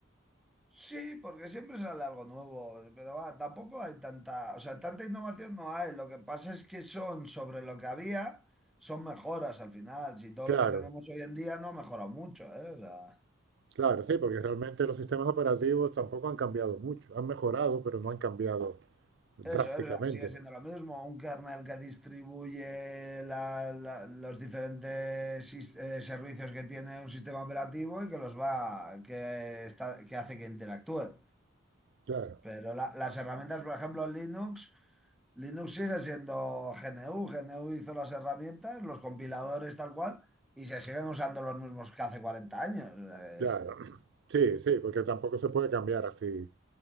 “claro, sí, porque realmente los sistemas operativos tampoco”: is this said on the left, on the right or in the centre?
Right